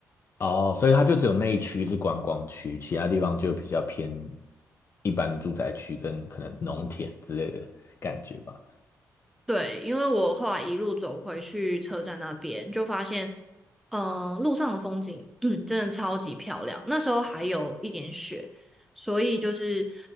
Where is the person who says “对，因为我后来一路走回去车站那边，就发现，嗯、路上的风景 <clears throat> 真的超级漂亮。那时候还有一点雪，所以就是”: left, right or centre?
Centre